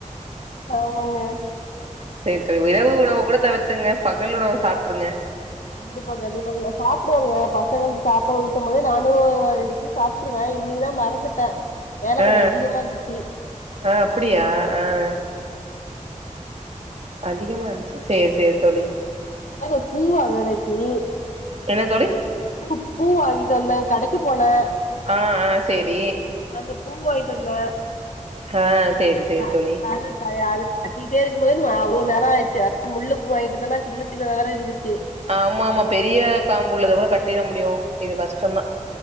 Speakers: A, on the left (about 70°); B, on the right (about 50°).
A: ஆமாங்க
B: செரி தோழி இரவு உணவ கூட தவிர்த்திடுங்க பகல் உணவ சாப்ட்டுருங்க
A: கண்டிப்பா கண்டிப்பா நா சாப்டுவங்க பசங்களுக்கு சாப்பாடு ஊட்டு போதே நானு சாப்ட்ருவ இன்னிக்குதா மறந்துட்ட வேல
B: ஆ
A: கொஞ்சோ அதிகமா இருந்துச்சி
B: ஆ அப்டியா ஆ அதிகமா இருந்துச்சா சேரி சேரி தோழி
A: அது பூவா வேலைக்கி
B: என்ன தோழி
A: பூ பூ வாங்கிட்டு வந்தே கடைக்கு போன
B: ஆ ஆ செரி
A: அது பூ வாங்கிட்டு வந்த
B: ஆ சேரி சேரி
A: அ
B: தோழி
A: அது தயா அதுக்கு கட்டிக்கிட்டே இருக்குபோது வந்து அவ்ளோ நேரோ ஆயிடிச்சு அத முல்ல பூ வாங்கிட்டு வந்ததனா சின்ன சின்னதா வேற இருந்துச்சு
B: ஆமாமா பெரிய காம்பு உள்ளத கூட கட்டிட முடியு இது கஷ்டந்தா